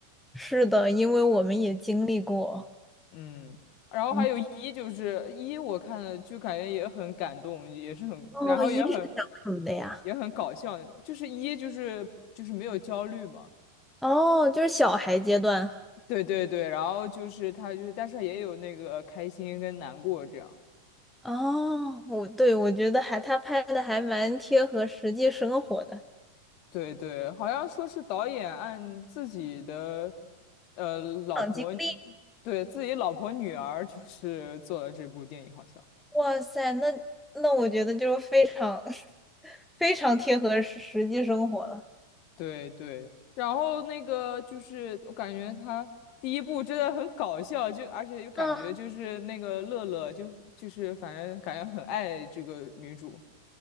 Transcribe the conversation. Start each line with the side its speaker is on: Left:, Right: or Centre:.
Centre: 是的，因为我们也经历过。
Left: 嗯，然后还有一就是一，
Centre: 嗯，
Left: 我看了就感觉也很感动，也是很，
Centre: 哦，
Left: 然后也很
Centre: 一是讲什么的呀？
Left: 也很搞笑那种。就是一就是就是没有焦虑嘛，
Centre: 哦，就是小孩阶段。
Left: 对对对，然后就是他就是，但是也有那个开心跟难过这样。
Centre: 哦，我对我觉得还他拍的还蛮贴合实际生活的，
Left: 对对，好像说是导演按自己的呃老婆，
Centre: 长经历，
Left: 对自己老婆女儿就是做了这部电影，好像。
Centre: 哇塞，那那我觉得就是非常 <laughs> 非常贴合实实际生活了。
Left: 对对，然后那个就是我感觉他第一部真的很搞笑，就而且又感觉就是那个乐乐就就是反正感觉很爱这个女主，
Centre: 嗯，